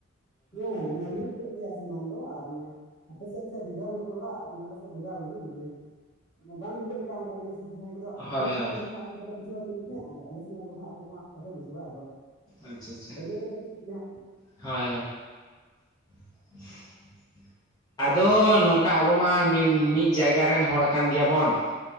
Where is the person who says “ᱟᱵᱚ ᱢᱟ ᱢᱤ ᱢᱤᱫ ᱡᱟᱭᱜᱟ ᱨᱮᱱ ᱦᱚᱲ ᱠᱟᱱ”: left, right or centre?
Left